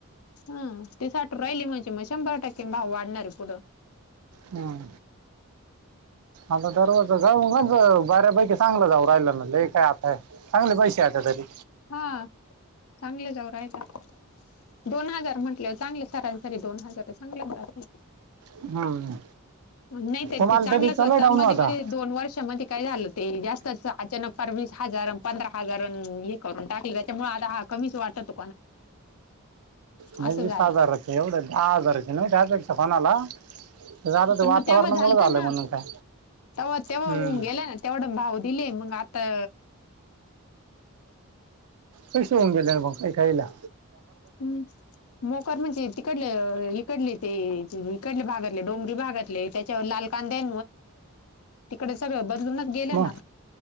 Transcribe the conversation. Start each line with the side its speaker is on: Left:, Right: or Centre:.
Left: ह ते साठू राहिली म्हणजे मग शंभर टक्के भाव वाढणारे पुढं
Right: हम्म. आता दरवाजच बऱ्यापैकी चांगलं जाऊ राहिलं ना काय आताय चांगले पैसे येता तरी
Left: हा चांगले जाऊ राहिले दोन हजार म्हटल्यावर चांगले सरासरी दोन हजार चांगले कराल
Right: हम्म.
Left: नाही तर
Right: तुम्हाला
Left: ते चांगलंच
Right: तरी चला
Left: होत
Right: डाऊन
Left: मध्ये
Right: आता
Left: मध्ये दोन वर्षा मध्ये काय झालं ते जास्त अचानक वीस हजार पंधरा हजार आणि एक करून टाकल त्याच्यामुळे आता हा कमीच वाटतो.
Right: नाही
Left: असं
Right: वीस
Left: झालं
Right: हजाराची एवढं दहा हजाराची नाही काढ कोणाला ते झालं ते
Left: पण
Right: वातावरणामुळे
Left: मग तेव्हा झालत
Right: झालं
Left: ना
Right: म्हणून काय
Left: तेव्हा तेव्हा
Right: हम्म.
Left: होऊन गेलं ना तेवढ भाव दिले मंग आता
Right: पैसे होऊन गेले ना भाऊ काय खायला
Left: हम्म मोकार म्हणजे तिकडले इकडले ते तिकडले भागातले डोंगरी भागातले त्याच्यावर लाल कांदे तिकड सगळं ब अजून गेलं
Right: मग
Left: ना